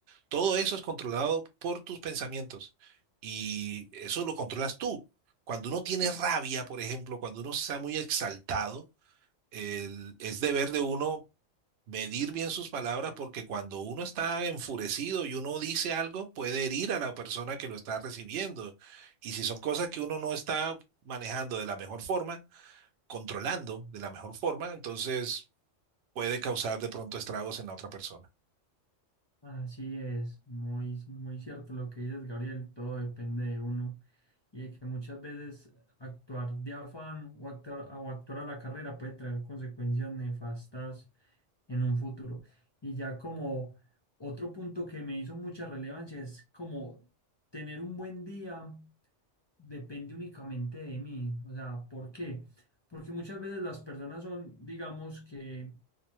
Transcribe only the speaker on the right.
Todo eso es controlado por tus pensamientos y eso lo controlas tú. Cuando uno tiene rabia, por ejemplo, cuando uno está muy exaltado, el- es deber de uno medir bien sus palabras porque cuando uno está enfurecido y uno dice algo, puede herir a la persona que lo está recibiendo. Y si son cosas que uno no está manejando de la mejor forma, controlando de la mejor forma, entonces puede causar de pronto estragos en la otra persona.